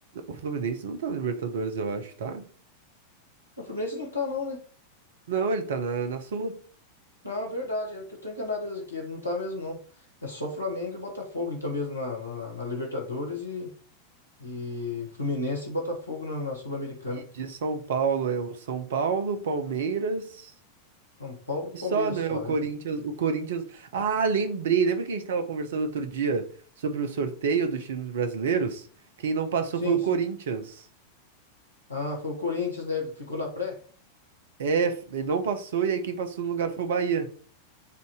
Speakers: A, on the right (about 60°); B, on the left (about 85°).
A: O Fluminense não tá na Libertadores, eu acho, tá?
B: O Fluminense não tá não, né?
A: Não, ele tá na, na Sula.
B: Não, é verdade, é que eu tô enganado mesmo aqui, não tá mesmo não. É só Flamengo e Botafogo, então mesmo na, na- na Libertadores e, e Fluminense e Botafogo na, na Sul-Americana.
A: De São Paulo é o São Paulo, Palmeiras
B: São Paulo, Palmeiras
A: e só, né?
B: só,
A: O
B: né?
A: Corinthians, o Corinthians. Ah, lembrei. Lembra que a gente estava conversando outro dia sobre o sorteio dos times brasileiros? Quem não passou
B: Sim,
A: foi o
B: sim.
A: Corinthians.
B: Ah, foi o Corinthians, né? Ele Ficou na pré,
A: É, ele não passou e aí quem passou no lugar foi o Bahia. <laughs>